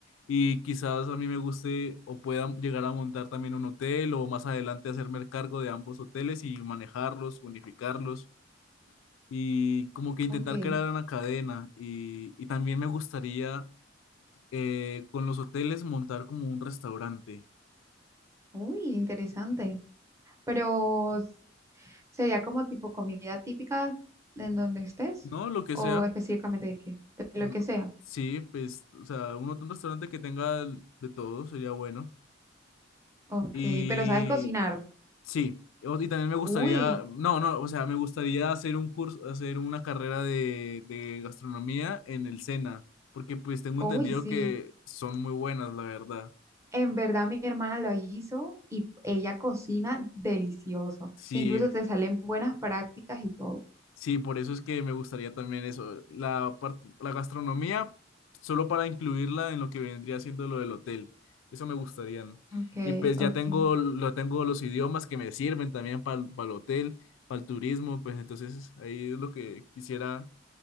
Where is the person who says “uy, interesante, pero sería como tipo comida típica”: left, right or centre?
Right